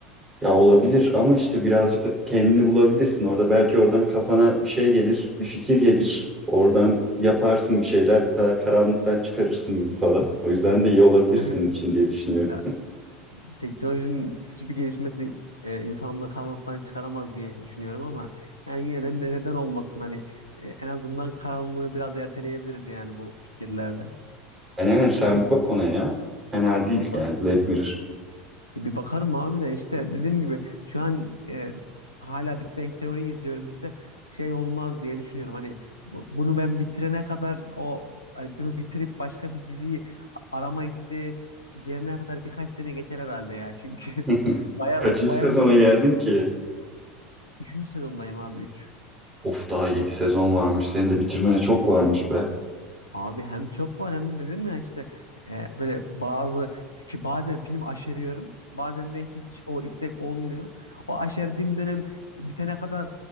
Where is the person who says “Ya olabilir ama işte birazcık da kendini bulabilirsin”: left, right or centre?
Right